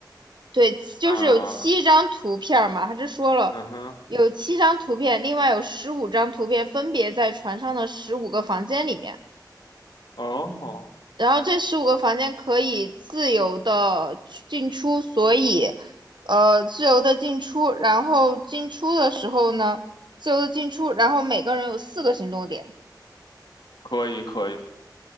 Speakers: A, on the right (about 80°); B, on the left (about 80°).
A: 对，就是有七张图片嘛，
B: 那
A: 他这说了。
B: 嗯哼，
A: 有七张图片，另外有十五张图片分别在船上的十五个房间里面。
B: 哦，
A: 然后这十五个房间可以自由的进出，所以，呃，自由的进出。然后进出的时候呢，自由的进出，然后每个人有四个行动点，
B: 可以可以。